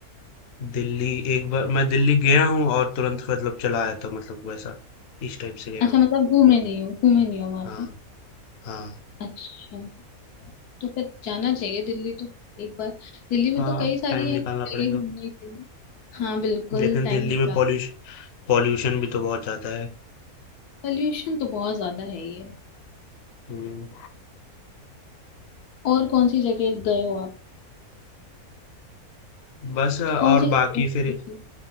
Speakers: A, on the left (about 55°); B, on the left (about 85°).
A: दिल्ली एक बार मैं दिल्ली गया हूँ और तुरंत मतलब चला आया था मतलब वैसा इस टाइप से गया
B: अच्छा
A: हूँ
B: मतलब घूमे नहीं हो घूमे नहीं हो वहां
A: हाँ
B: पे
A: हाँ
B: अच्छा तो फिर जाना चाहिए दिल्ली तो एक बार दिल्ली में
A: हाँ
B: तो कई
A: अब
B: सारी
A: टाइम निकालना
B: है जगह
A: पड़ेगा
B: घूमने के लिए हाँ बिल्कुल
A: लेकिन
B: टाइम
A: दिल्ली
B: निकाल
A: में पॉल्यूशन पॉल्यूशन भी तो बहुत ज्यादा है
B: पॉल्यूशन तो बहुत ज्यादा है ये
A: हम्म,
B: और कौन सी जगह गए हो आप
A: बस और
B: कौन सी
A: बाकी
B: जगह explore
A: फिर
B: की?